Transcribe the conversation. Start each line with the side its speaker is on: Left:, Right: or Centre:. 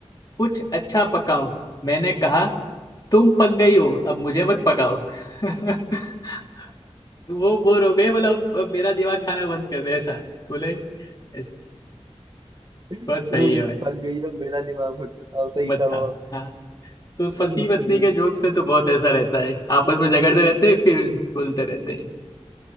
Left: कुछ अच्छा पकाओ मैंने कहा तुम पक गई हो अब मुझे मत पकाओ <laughs> वो बोर हो गए बोला अब अब मेरा दिमाग खाना बंद कर दे ऐसा बोले "ऐस-
Right: तुम
Left: बहुत सही है भाई
Right: पक गई हो मेरा दिमाग भटका सही
Left: मत
Right: था
Left: खाओ
Right: बहुत
Left: हाँ तो पति
Right: हम्म, चलिए
Left: पत्नी के जोक्स में तो बहुत ऐसा रहता है आपस
Right: हाँ।
Left: में झगड़ते रहते हैं फिर बोलते रहते हैं